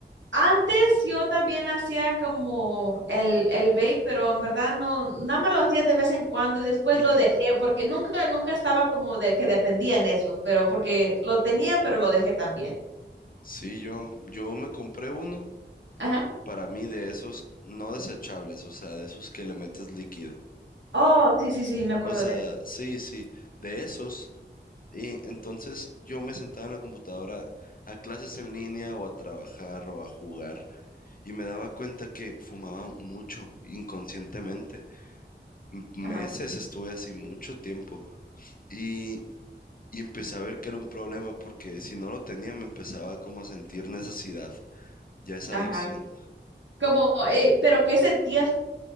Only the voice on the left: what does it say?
Ujú.
Sí, yo, yo me compré uno
para mí de esos no desechables, o sea, de esos que le metes líquido.
O sea,
sí, sí, de esos Y entonces yo me sentaba en la computadora a clases en línea o a trabajar o a jugar y me daba cuenta que fumaba mucho inconscientemente. M- Meses
estuve así mucho tiempo y, y empecé a ver que era un problema porque si no lo tenía me empezaba como a sentir necesidad, ya esa
adicción,